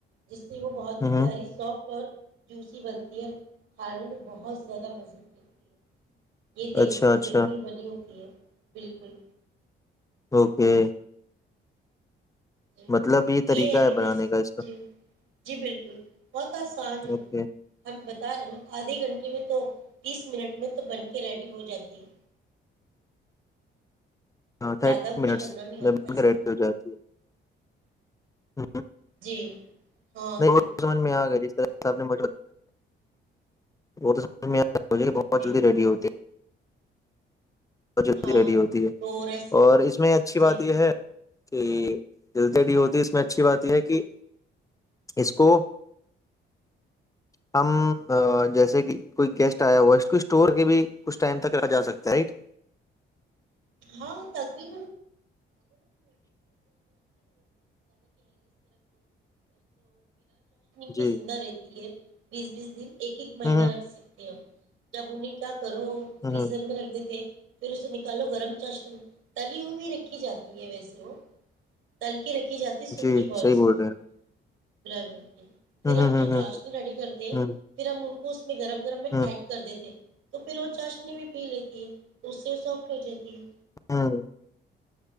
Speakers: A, on the right; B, on the left.
A: جس سے وہ بہت ہی
B: ہوں
A: پیاری سافٹ اور جوسی بنتی ہے اور کھانے میں بہت زیادہ مزے لتی ہے یہ دیسی
B: اچھا اچھا
A: بالکل بنی ہوتی ہے بالکل
B: اوکے
A: جی
B: مطلب طریقہ
A: یہ ہے میری
B: بنانے
A: ریسیپ
B: کا اس کا
A: جی جی بالکل بہت آسان ہے
B: اوکے
A: ہم بتا رہے نا آدھے گھنٹے میں تو تیس منٹ میں تو بن کے ریڈی ہو جاتی ہے
B: ہاں تھرٹی
A: زیادہ کچھ
B: منٹس
A: کرنا نہیں ہوتا
B: میں بن
A: اس
B: کے ریڈی ہو جاتی ہے ہ
A: جی ہاں
B: نہیں
A: بالکل
B: سم میں گا جس طرح سب نے م وہ تو سجے کہ بہت
A: جی
B: جلدی ہوتی ہے بہت جلدی
A: ہاں
B: ریڈی ہوتی ہے
A: تو ریسیپی
B: اور اس میں اچھی بات
A: جی
B: یہ ہے کہ جلدی ہوتی اس میں اچھی بات یہ ہے کہ اس کو ہم جیسے کہ کوئی گیسٹ آیا ہوا اس کو اسٹور کے بھی کچھ ٹائم تک جا سکتے رائٹ
A: <inaudible> چاشنی کی
B: جی
A: زندہ رہتی ہے بیس بیس دن ایک ایک مہینہ
B: ہ
A: رکھ سکتے ہم جب انہیں کیا کرو
B: ہ
A: فریزر
B: ہ
A: میں رکھ دیتے ہیں پھر اسے نکالو گرم چشم تلی بھی رکھی جاتی ہے ویسے ہو تل کے رکھی جاتی سوکھی
B: جی
A: بالس
B: صحیح بول
A: کو
B: رہے
A: ل
B: ہیں
A: پھر
B: ہ
A: ہم
B: ہ
A: جو چاشنی
B: ہ
A: ریڈی کرتے ہیں
B: ہ
A: پھر ہم ان کو اپنے گرؤم گرم میں
B: ہ ہ
A: ایڈ کر دیتےے تو پھر وہ چاشنی بھی پی لیتی ہے تو اس سے سافٹ ہو جاتی ہے
B: ہاں